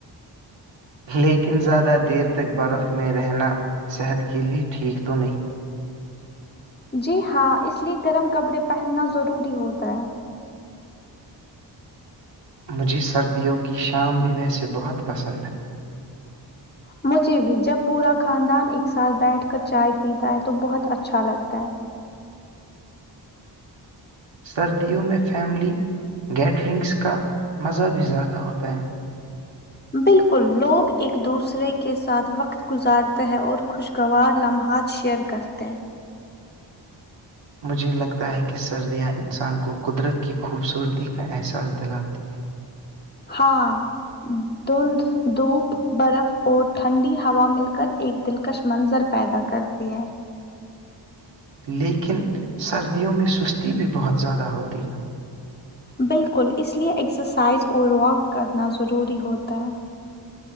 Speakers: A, on the right; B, on the left.
A: لیکن زیادہ دیر تک برف میں رہنا صحت کے لیے ٹھیک تو نہیں
B: جی ہاں اس لیے گرم کپڑے پہننا ضروری ہوتا ہے
A: مجھے سردیوں کی شام بھی ویسے بہت پسند ہے
B: مجھے بھی جب پورا خاندان ایک ساتھ بیٹھ کر چائے پیتا ہے تو بہت اچھا لگتا ہے
A: سردیوں میں فیملی گیٹرنگس کا مزہ بھی زیادہ ہوتا ہے
B: بالکل لوگ ایک دوسرے کے ساتھ وقت گزارتے ہے اور خوشگوار لمحات شئر کرتے
A: مجھے لگتا ہے کہ سردیاں انسان کو قدرت کی خوبصورتی کا احساس دلاتی
B: ہاں دند دھوپ برف اور ٹھنڈی ہوا مل کر ایک دلکش منظر پیدا کرتی ہے
A: لیکن سردیوں میں سستی بھی بہت زیادہ ہوتی ہے
B: بالکل اس لیے ایکسرسائز اور واک کرنا ضروری ہوتا ہے